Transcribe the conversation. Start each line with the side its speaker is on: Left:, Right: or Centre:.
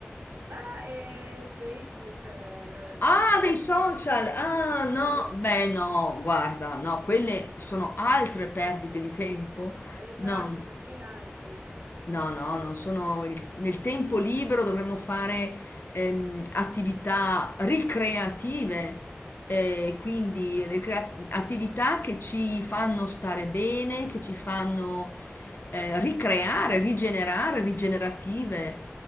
Right: Là è Facebook, eh,
Left: Ah,
Right: TikTok,
Left: dei social! Ah, no,
Right: dei social.
Left: beh, no, guarda, no, quelle sono altre perdite di tempo.
Right: Eh, Esatto,
Left: No.
Right: per me anche.
Left: No, no, non sono... il- Nel tempo libero dovremmo fare ehm, attività ricreative, eh, quindi ricrea- attività che ci fanno stare bene, che ci fanno eh, ricreare, rigenerare, rigenerative.